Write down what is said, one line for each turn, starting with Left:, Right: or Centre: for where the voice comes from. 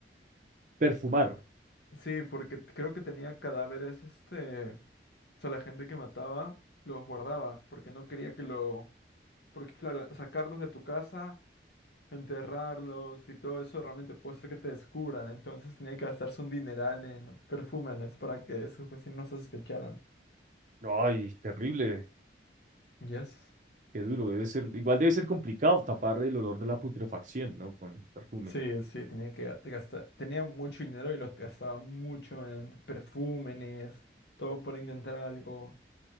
Right: Perfumar.
Left: Sí, porque creo que tenía cadáveres, este, o sea, la gente que mataba los guardaba, porque no quería que lo, porque claro, sacarlos de tu casa, enterrarlos y todo eso realmente puede ser que te descubran, entonces tenía que gastarse un dineral en perfúmenes para que sus vecinos no sospecharan.
Right: Ay, terrible,
Left: Yes.
Right: qué duro. Debe ser, igual debe ser complicado tapar el olor de la putrefacción, ¿no? Con perfume.
Left: Sí, sí, tenía que ga- gastar, tenía mucho dinero y lo gastaba mucho en perfúmenes, todo para intentar algo.